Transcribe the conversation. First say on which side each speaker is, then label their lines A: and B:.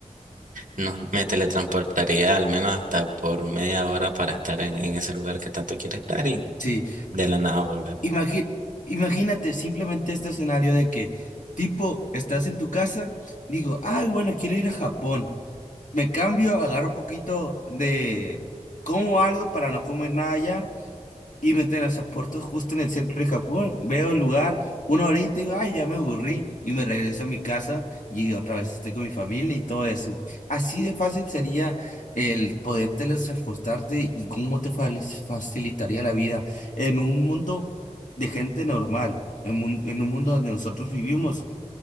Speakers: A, on the right (about 85°); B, on the left (about 75°).
A: nos, me teletransportaría al menos hasta por media hora para estar en, en ese lugar que tanto quiero estar y
B: Sí,
A: de la nada volver.
B: Imagi- imagínate simplemente este escenario de que, tipo, estás en tu casa, digo, ay, bueno, quiero ir a Japón. Me cambio, agarro un poquito de, como algo para no comer nada allá y me teletransporto justo en el centro de Japón. Veo el lugar, una horita y digo, ay, ya me aburrí. Y me regreso a mi casa y otra vez estoy con mi familia y todo eso. Así de fácil sería el poder teletransportarte y cómo te fali- facilitaría la vida en un mundo de gente normal, en un, en un mundo donde nosotros vivimos.